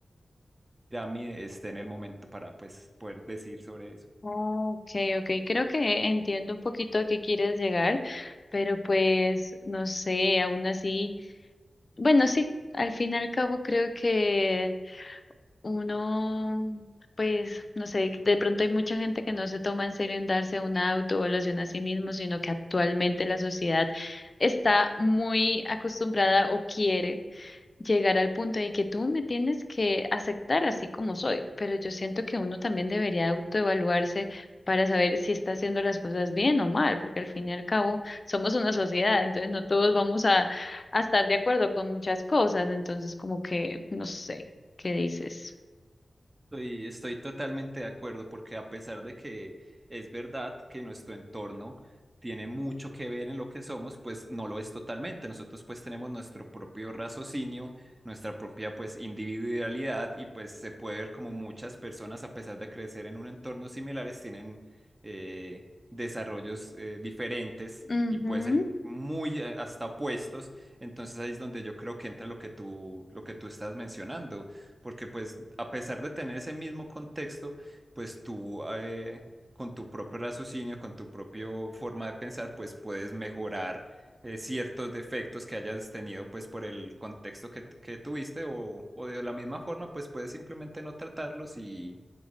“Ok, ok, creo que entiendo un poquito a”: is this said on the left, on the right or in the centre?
Left